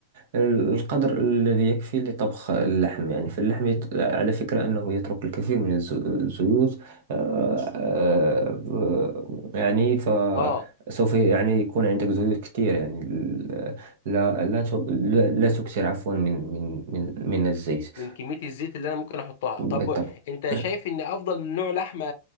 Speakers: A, on the right; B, on the left.
A: ال- القدر الذي يكفي لطبخ اللحم يعني فاللحم يت... على فكرة أنه يترك الكثير من الز- الزيوت آه، آه، يعني فسوف
B: اه
A: يعني يكون عندك زيوت كثير يعني ال- لا لا ت... لا لا تكثر عفوا من من من من الزيت
B: من كميه الزيت اللي انا ممكن احطها
A: بالطبع
B: طب انت
A: <clears throat>
B: شايف ان افضل نوع لحمه